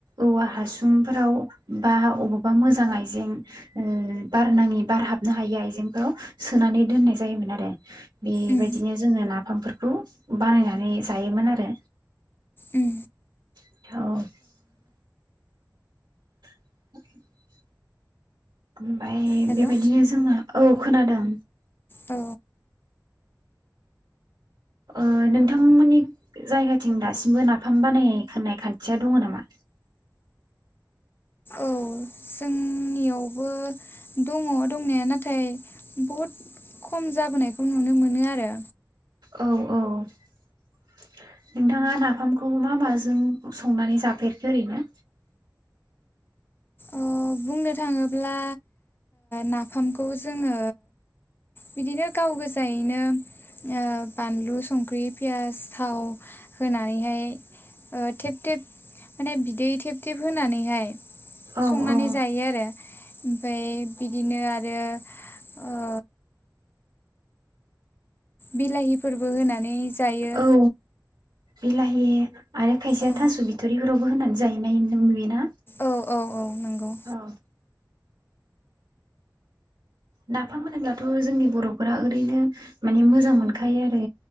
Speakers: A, on the right; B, on the left.
A: औवा हासुंफोराव बा अबावबा मोजां आइजें ओ बारनाङि बारहाबनो हायि आइजेंफोराव सोनानै दोननाय जायोमोन। बेबायदिनो
B: उम
A: जोङो नाफामफोरखौ बेखौ बानायनानै जायोमोन आरो
B: उम
A: औ <inaudible> ओमफ्राय
B: हेलौ
A: बेबायदिनो जोङो औ खोनादों।
B: औ
A: ओ नोंथांमोननि जायगाथिं दासिमबो नाफाम बानायनायनि खान्थिया दङ नामा?
B: औ जोंनियावबो दङ दंनाया नाथाय बहुद खम जाबोनायखौ नुनो मोनो आरो।
A: औ औ नोंथाङा नाफामखौ मा माजों संनानै जाफेरखो ओरैनो।
B: औ बुंनो थाङोब्ला नाफामखौ जोङो बिदिनो गाव गोजायैनो बानलु संख्रि पियास थाव होनानैहाय थेब थेब माने बिदै थेब थेब होनानैहाय संनानै
A: औ-औ
B: जायो आरो ओमफ्राय बिदिनो आरो ओ बिलाहिफोरबो होनानै जायो।
A: औ बिलाहि आरो खायसेया
B: औ
A: थास' बिथरिफोरावबो होनानै जाहैनाय नुयोना।
B: औ औ नंगौ
A: औ नाफाम होनोब्लाथ' जोंनि बर'फोरा ओरैनो माने मोजां मोनखायो आरो